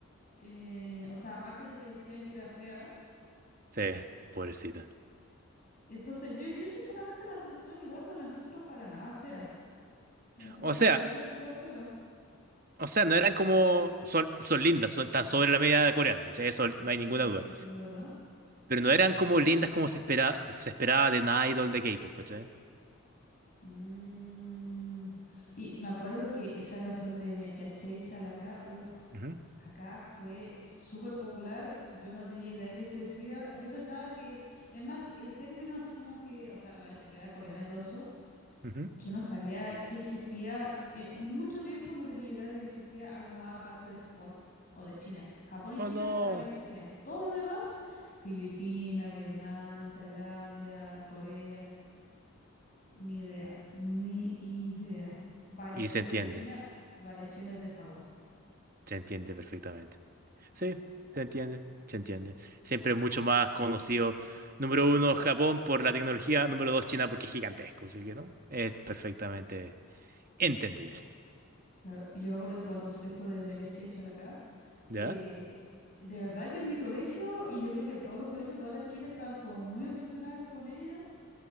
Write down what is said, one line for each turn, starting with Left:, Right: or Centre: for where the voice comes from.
Left: eh, o sea, aparte de que decían que era fea.
Right: Sí, pobrecita.
Left: Entonces, yo, yo sinceramente la de 21 no la encuentro para nada fea. La encuentro
Right: O sea,
Left: como chica súper piola.
Right: o sea, no eran como. Son, son lindas, son tan sobre la media coreana, ¿cachai? Eso no hay
Left: Sí,
Right: ninguna duda.
Left: sí, sí, eso es verdad.
Right: Pero no eran como lindas como se espera, se esperaba de una idol de K-pop, ¿cachai?
Left: Mm, y me acuerdo que esa canción de Me caché y Chalacá, uff,
Right: Ujú,
Left: acá fue súper popular. Yo no tenía idea de qué se decía. Yo pensaba que, es más, el término así como que, o sea, la nacionalidad coreana y todo eso,
Right: ujú.
Left: yo no sabía que existía. eh, mucho tiempo no tenía idea de que existía algo más aparte de Japón o de China. Japón y
Right: Oh
Left: China
Right: no.
Left: para mí existían. Todo lo demás, Filipinas, Vietnam, Tailandia, Corea. Ni idea, ni idea. Variaciones
Right: Y se entiende,
Left: de China, variaciones de Japón.
Right: se entiende perfectamente. Sí, se entiende, se entiende. Siempre es mucho más conocido, número uno, Japón por la tecnología, número dos, China porque es gigantesco, así que no. Es perfectamente entendible.
Left: Claro, y yo me acuerdo que cuando salió esto de Mega Chachal acá, eh,
Right: ¿Ya?
Left: de verdad que en mi colegio, y yo creo que en todos los colegios, todas las chicas estaban como muy obsesionadas con ellas.